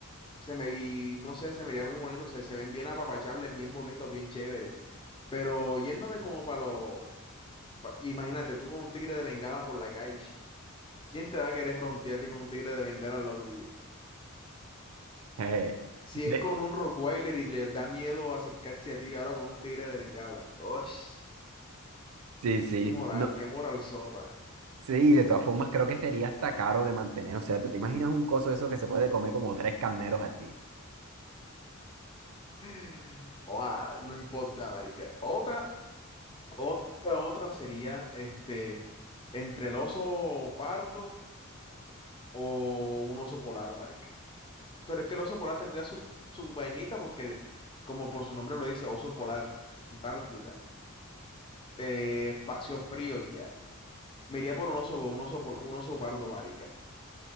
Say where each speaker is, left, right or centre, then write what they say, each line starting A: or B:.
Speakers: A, on the left (about 25°); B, on the right (about 80°).
A: Se me, y no sé, se me vería muy bonito, se, se ven bien apapachables, bien bonitos, bien chéveres. Pero yéndome como para los... pa- imagínate tú con un tigre de Bengala por la calle. ¿Quién te va a querer frontear a ti con un tigre de Bengala en lo tuyo?
B: <laughs> Jeje.
A: Si
B: De,
A: es con un Rottweiler y les da miedo acercarse a ti, ahora con un tigre de Bengala. ¡Ush!
B: Sí, sí.
A: ¡Qué moral,
B: No,
A: qué moral sota!
B: sí, de todas formas creo que sería hasta caro de mantener. O sea, ¿tú te imaginas un coso de eso que se puede comer como tres carneros al día?
A: <sighs> Oa, no importa, marica. Otra, otra, otra sería este entre el oso pardo o un oso polar, marica. Pero es que el oso polar tendría su, su vainita porque, como por su nombre lo dice, oso polar, Antártida, eh, espacio frío ya. Me iría por un oso, un oso, pol- un oso pardo, marica.